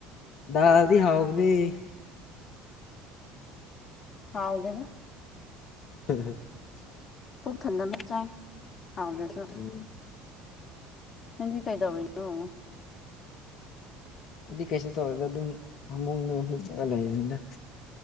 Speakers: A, on the left; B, on the left.
A: ꯗꯥꯜꯗꯤ ꯍꯥꯎꯕꯅ‌ꯦ
B: ꯍꯥꯎꯗ‌ꯦꯗ
A: <unintelligible>
B: ꯄꯨꯛ ꯊꯟꯅꯕ ꯆꯥꯏ ꯍꯥꯎꯗ꯭ꯔꯥꯁꯨ
A: ꯎꯝ
B: ꯅꯪꯗꯤ ꯀꯩꯗꯧꯔꯤꯅ‌ꯣ
A: ꯑꯩꯗꯤ ꯀꯩꯁꯨ ꯇꯧꯗ‌ꯦꯗ ꯑꯗꯨꯝ ꯐꯃꯨꯡꯗ ꯍꯤꯞꯄꯒ ꯂꯩꯕꯅꯤꯗ